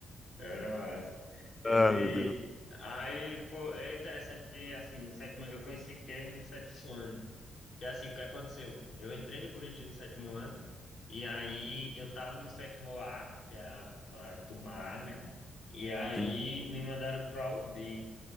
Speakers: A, on the left; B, on the left.
A: era massa. Ele.
B: Ah, meu Deus.
A: Aí, pô, é interessante porque, assim, no sétimo, eu conheci Kevin no sétimo ano. Que, assim, o que aconteceu? Eu entrei no Buriti no sétimo ano, e aí eu tava no sétimo A, que é a, a turma A, né? E aí
B: Sim.
A: me mandaram pra U B